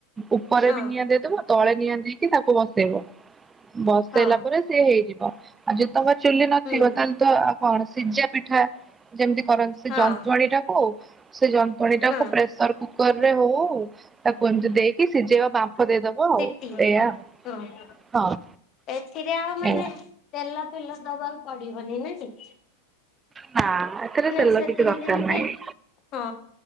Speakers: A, on the right; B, on the left.
A: ଉପରେ
B: ହଁ
A: ବି ନିଆଁ ଦେଇଦବ ତଳେ ନିଆଁ ଦେଇକି ତାକୁ ବସେଇବ ବସେଇଲା
B: ହଁ
A: ପରେ ସେ ହେଇଯିବ ଆଉ ଯଦି ତମ ଚୁଲି ନଥିବ
B: ହୁଁ
A: ତାହେଲେ ତ ଆଉ କଣ ସିଝା ପିଠା ଯେମିତି ଫରନ୍ ସେ
B: ହଁ
A: ଯନ୍ତଣୀ ଟାକୁ ସେ ଯନ୍ତଣୀ ଟାକୁ
B: ହଁ।
A: ପ୍ରେସର କୁକର ରେ ହଉ। ତାକୁ ଦେଇକି ସିଝେଇବ ବାମ୍ଫ ଦେଇଦବ
B: ସିଟି
A: ଆଉ
B: ହଁ
A: ଏଇଆ। ହଁ
B: ଏଥିରେ ଆଉ ମାନେ
A: ଏଇଆ।
B: ତେଲ ଫେଲ ଦବାକୁ ପଡିବନି ନାଇ।
A: ନା ଏଥିରେ
B: ମାନେ
A: ତେଲ
B: ସେଥିରେ
A: କିଛି ଦରକାର
B: ଯେମିତି
A: ନାହିଁ।
B: ହଁ